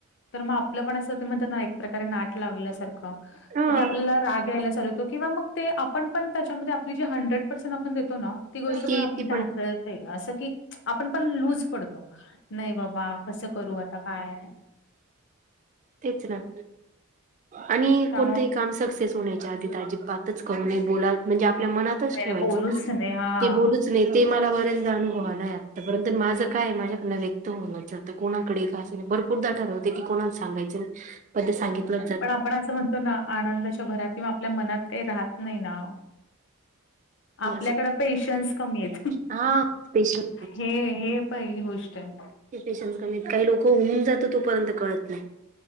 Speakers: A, on the left; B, on the right.
A: तर मग आपलं पण असं होत म्हणतात ना, एक प्रकारे नाट लावल्यासारखं
B: हा
A: मग ते आपल्याला राग यायला चालू किंवा मग ते आपण पण त्याच्यामध्ये आपली जी हंड्रेड पर्सेंट आपण देतो ना, ती गोष्ट पण
B: ते
A: आपली
B: ते
A: ढासळती. असं की, आपण पण लूज पडतो. नाही बाबा कसं करू आता काय?
B: तेच ना, आणि
A: त्यामुळे
B: कोणतंही काम सक्सेस होण्याच्या आधी अजिबातच करू नये. बोला म्हणजे आपल्या मनात मनातच
A: नाही
B: ठेवायचं
A: नाही, बोलूच नाही हां.
B: ते बोलूच नाही. ते मला बरेचदा अनुभवा आलाय आतापर्यंत, माझं काय माझ्याकड व्यक्त होउनच जात. कोणाकडे का असे नाही भरपूरदा ठरवते की, कोणा सांगायंच नाही पण सांगितलं.
A: पण आपण असं म्हणतो ना, आनंदाच्या भरात किंवा आपल्या मनात काही राहत नाही ना, आपल्याकडे
B: असं
A: पेशन्स कमी आहेत....
B: हा पेशन्स
A: हे हे पहिली गोष्ट आहे.
B: ते पेशन्स कमीत काही लोक होऊन जात तोपर्यंत कळत नाही.